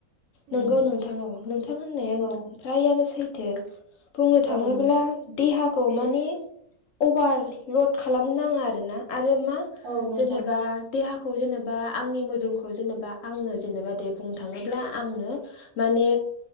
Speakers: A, on the left; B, on the right.
A: नंगौ
B: उम
A: नोंथां औ नोंथां होननाया
B: औ
A: फ्रायानो सैथो। बुंनो थाङोब्ला
B: औ नंगौ
A: देहाखौ मानि अभार लड खालामनो नाङा आरोना आरो मा
B: औ नोंथां
A: जेनेबा देहाखौ जेनेबा आंनि मोदोमखौ जेनेबा आंनो जेनेबा दे बुंनो थाङोब्ला आंनो माने